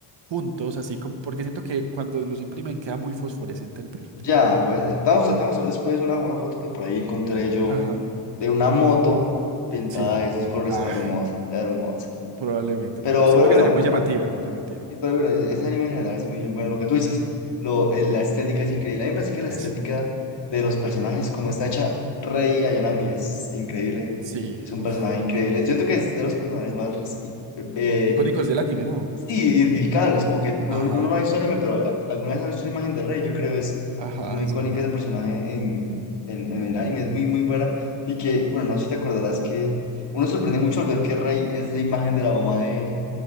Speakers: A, on the right; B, on the left.
A: juntos, así como, porque siento que cuando los imprimen queda muy fosforescente el verde.
B: Ya, puede ser. Te Vamos, tratamos a ver después una, una foto que por ahí encontré yo
A: Ajá.
B: de una moto pintada
A: Sí.
B: de esos colores
A: Ah,
B: hermosa, hermosa.
A: probablemente.
B: Pero,
A: prob- Siento
B: pero
A: que
B: bueno,
A: sería muy llamativa,
B: ah,
A: muy llamativa.
B: y- pero bueno, ese anime en general es muy bueno. Lo que tú dices, lo, eh, la estética es increíble. A mí me parece que la
A: Les.
B: estética de los personajes, como está hecha Rei Ayanami, es increíble.
A: Sí,
B: Es un
A: uff.
B: personaje increíble. Yo creo que es de los personajes más res- i- eh,
A: Icónicos del anime, ¿no?
B: Sí, identificables, como que uno,
A: Ajá,
B: uno no ha visto anime, pero eh, alguna vez ha visto una imagen de Rey, yo creo es,
A: ajá,
B: es muy
A: es
B: icónica
A: verdad.
B: ese personaje en, en, en el anime, es muy, muy buena. Y que, bueno, no sé si te acordarás que uno se sorprende mucho al ver que Rey es la imagen de la mamá de,